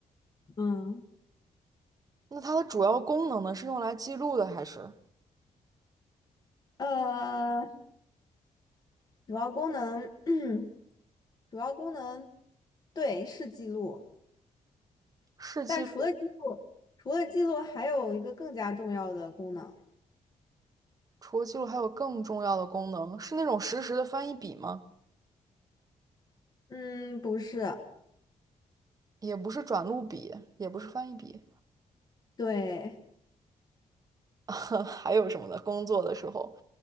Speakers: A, on the left (about 30°); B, on the right (about 30°).
A: 嗯，
B: 那它的主要功能呢，是用来记录的，还是？
A: 呃，主要功能，<clears throat> 主要功能，对，是记录，
B: 是记录。
A: 但除了记录，除了记录，还有一个更加重要的功能，
B: 除了记录，还有更重要的功能，是那种实时的翻译笔吗？
A: 嗯，不是，
B: 也不是转录笔，也不是翻译笔，
A: 对，
B: <laughs> 还有什么呢？工作的时候，